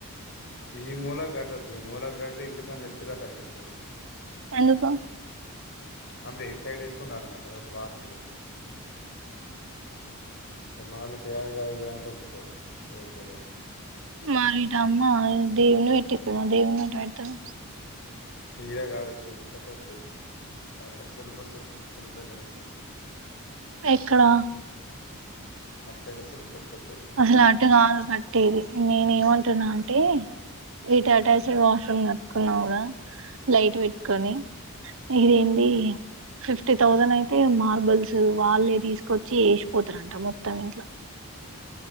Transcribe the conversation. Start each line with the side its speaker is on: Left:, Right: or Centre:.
Left: ఈ మూలా కట్టదు ఈ మూలాకి గడితే ఇల్లు కానీ నెత్తు కట్టాల్సిస్తుంది
Right: ఎందుకు
Left: అంతే ఇటు సైడ్ ఎత్తుండాల నాకు అదొక వాస్తు ఇగ ఇగ మనోళ్లకి అది కాద్ ఇది కాద్ తప్పదు అదే కదా
Right: మారిటా అమ్మా దేవుదేవున్ని పెట్టిర్రు కదా దేవున్ని ఎట్ట పెడతారు
Left: ఈదే కాదు వచ్చేది క కస్తాది అక్కడ సల్ఫ <unintelligible> సెల్ఫ్ దగర వస్తాయి
Right: ఎక్కడ
Left: అటుసైడ్ సెల్ఫ్లే కొత్తది
Right: అసలు అటు కాదు కట్టేది నేను ఏమంటున్నా అంటే ఇటు అటాచ్డ్ వాష్రూమ్ కట్టుకున్నావ్ కుడా లైట్ పెట్టుకొని ఇదిేంటి ఫిఫ్టీ థౌజండ్ అయితే మార్బల్స్ వాళ్ళే తీసుకొచ్చి వేసిపోతారంట మొత్తం ఇంట్లో